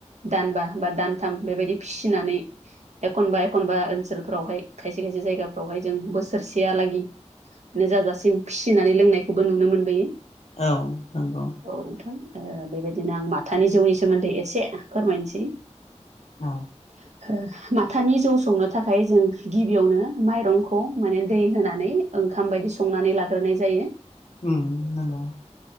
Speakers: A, on the right (about 75°); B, on the left (about 65°).
A: दानबा बा दानथाम बेबायदि फिसिनानै एखनबा एखनबा ओनसोलफोरावहाय खायसे खायसे जायगाफ्रावहाय जों बोसोरसेयालागै जाजासिम फिसिनानै लोंनायखौबो नुनो मोनबोयो
B: औ नंगौ
A: औ नोंथां बेबायदिनो आं माथानि जौनि सोमोन्दै एसे फोरमायनोसै
B: औ
A: <inaudible> माथानि जौ संनो थाखाय जों गिबियावनो माइरंखौ माने दै होनानै ओंखाम बायदि संनानै लाग्रोनाय जायो
B: <inaudible>